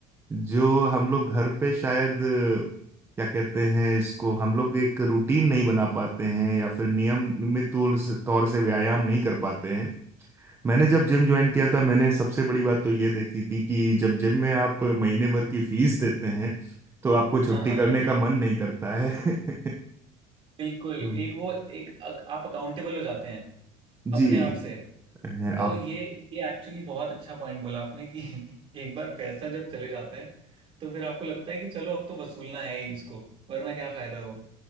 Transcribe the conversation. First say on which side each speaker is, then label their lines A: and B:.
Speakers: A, on the right; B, on the right.
A: जो हम लोग घर पे शायद अ, क्या कहते हैं इसको हम लोग एक रूटीन नहीं बना पाते हैं या फिर नियमित तौर से तौर से व्यायाम नहीं कर पाते हैं मैंने जब जिम ज्वाइन किया था मैंने सबसे बड़ी बात तो ये देखी थी कि जब जिम में आप महीने भर की फीस देते हैं तो आपको छुट्टी
B: हाँ हाँ
A: करने
B: हाँ
A: का मन नहीं करता है <laughs>
B: बिल्कुल
A: तो
B: एक वो एक अक- आप अकाउंटेबल हो जाते हैं अपने
A: जी
B: आप से
A: आप
B: तो ये ये एक्चुअली बहुत अच्छा पॉइंट बोला आपने कि <laughs> एक बार पैसा जब चले जाता है तो फिर आपको लगता है कि चलो अब तो वसूलना है ही इसको वरना क्या फायदा हो